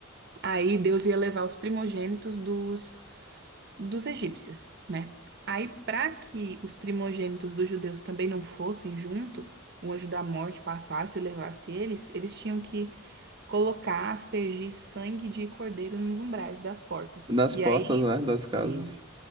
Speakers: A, on the right; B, on the right.
A: Aí Deus ia levar os primogênitos dos, dos egípcios, né? Aí, para que os primogênitos dos judeus também não fossem junto, o anjo da morte passasse e levasse eles, eles tinham que colocar, aspergir sangue de cordeiro nos umbrais das portas.
B: Das
A: E
B: portas,
A: aí.
B: né? Das casas.
A: Isso.